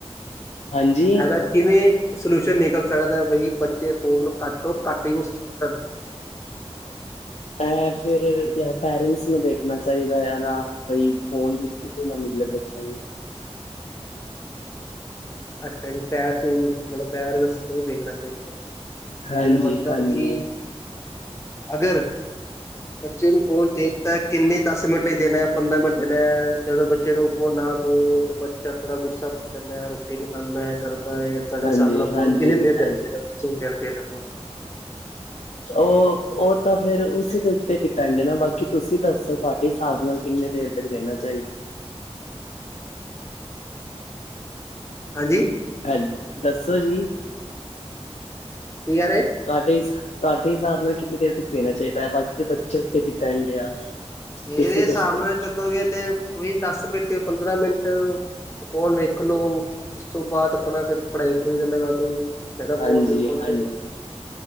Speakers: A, on the left; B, on the left.
A: ਹਾਂਜੀ
B: ਇਹਦਾ ਕਿਵੇਂ ਸਲਿਊਸ਼ਨ ਨਿਕਲ ਸਕਦਾ ਬਈ ਬੱਚੇ ਫੋਨ ਘੱਟ ਤੋਂ ਘੱਟ ਯੂਜ ਕਰਨ।
A: ਐ ਫਿਰ ਯ ਪੇਰੈਂਟਸ ਨੂੰ ਦੇਖਣਾ ਚਾਹੀਦਾ ਆ ਨਾ ਬਈ ਫੋਨ ਵੀ ਸਕੂਲ ਵੀ ਨਾ ਮਿਲਲੇ ਬੱਚਿਆਂ ਨੂੰ।
B: ਅੱਛਾ ਜੀ, ਪੈਰਟਸ ਮਤਲਬ ਪੈਰਟਸ ਨੂੰ ਦੇਖਣਾ ਚਾਹੀਦਾ।
A: ਹਾਂਜੀ
B: ਇਹ ਮਤਲਬ
A: ਹਾਂਜੀ
B: ਕਿ ਅਗਰ
A: <inaudible>
B: ਬੱਚੇ ਨੂੰ ਫੋਨ ਦੇ ਦਿੱਤਾ ਕਿੰਨੇ ਦਸ ਮਿੰਟ ਲਈ ਦੇਣਾ, ਪੰਦਰਾਂ ਮਿੰਟ ਦੇਣਾ ਹੈ ਜਦੋਂ ਬੱਚੇ ਨੂੰ ਫੋਨ ਨਾ ਦੋ ਤੇ ਉਹ ਬੱਚਾ ਥੋੜਾ ਗੁੱਸਾ ਮਨ ਜਾਂਦਾ ਹੈ ਰੋਟੀ ਨੀ ਖਾਂਦਾ ਹੈ ਇਹ ਕਰਦਾ ਹੈ। ਸਾਡੇ
A: ਹਾਂਜੀ
B: ਸਾਹਮ
A: ਹਾਂਜੀ
B: ਫੋਨ ਕਿ ਨਹੀਂ ਦੇਣਾ
A: ਹਾਂਜੀ
B: ਚਾਹੀਦਾ ਨਹੀਂ ਦੇਣਾ ਚਾਹੀਦਾ ਫੋਨ
A: ਉਹ ਉਹ ਤਾਂ ਫਿਰ ਉਸ ਦੇ ਉੱਤੇ ਡਿਪੈਂਡ ਨਾ ਬਾਕੀ ਤੁਸੀਂ ਦੱਸੋ ਤੁਹਾਡੇ ਹਿਸਾਬ ਨਾਲ ਕਿੰਨੇ ਦੇਰ ਤੱਕ ਦੇਣਾ ਚਾਹੀਦਾ
B: ਹਾਂਜੀ
A: ਹੈਲੋ ਦੱਸੋ ਜੀ
B: ਕੀ ਕਹਿ ਰਹੇ
A: ਤੁਹਾਡੇ-ਤੁਹਾਡੇ ਹਿਸਾਬ ਨਾਲ ਕਿੰਨੀ ਦੇਰ ਤੱਕ ਦੇਣਾ ਚਾਹੀਦਾ ਹੈ ਬਾਕੀ ਦੇ ਬੱਚੇ ਉੱਤੇ ਡਿਪੈਂਡ ਆ।
B: ਮੇਰੇ
A: ਤੁਸੀਂ
B: ਹਿਸਾਬ
A: ਦੱਸੋ
B: ਨਾਲ ਚੱਲੋਗੇ ਤੇ ਉਹੀ ਦਸ ਮਿੰਟ, ਪੰਦਰਾਂ ਮਿੰਟ ਫੋਨ ਵੇਖਲੋ ਉਸ ਤੋਂ ਬਾਅਦ ਆਪਣਾ ਫਿਰ ਪੜ੍ਹਾਈ- ਪੜੁਈ ਦਾ ਲਗਾਦੋ। ਕਿੰਦਾ
A: ਹਾਂਜੀ
B: ਫੋਨ ਵੇਖੋ ਤੇ
A: ਹਾਂਜੀ
B: ਪਤਾ